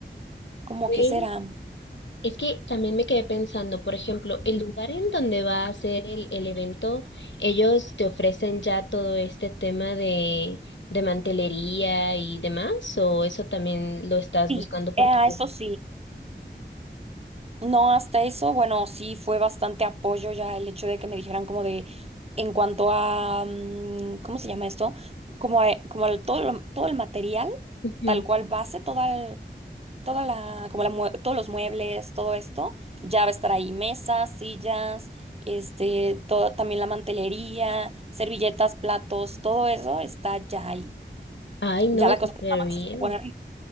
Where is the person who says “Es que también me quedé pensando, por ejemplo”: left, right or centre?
Left